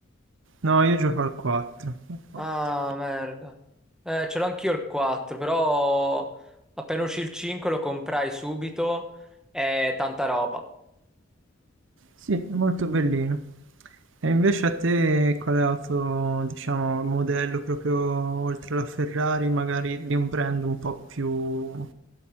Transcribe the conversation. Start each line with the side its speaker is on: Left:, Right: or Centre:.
Right: No, io gioco al 4. al 4.
Centre: Ah, merda. Eh, ce l'ho anch'io il 4, però appena uscì il 5 lo comprai subito e tanta roba.
Right: Sì, è molto bellino. E invece a te quale auto, diciamo, modello proprio oltre alla Ferrari, magari di un brand un po' più...